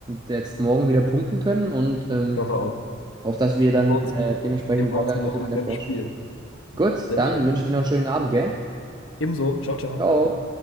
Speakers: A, on the right; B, on the left.
A: jetzt morgen wieder punkten können und ähm,
B: Ich hoffe auch.
A: hoffe, dass wir dann
B: Sehen wir uns,
A: äh, dementsprechend
B: sehen wir
A: weiter
B: uns
A: in
B: morgen
A: der Tabelle
B: beim
A: forschen.
B: Spiel.
A: Gut,
B: Sehr
A: dann
B: schön.
A: wünsche ich dir noch einen schönen Abend, gell?
B: Ebenso. Ciao, ciao.
A: Ciao.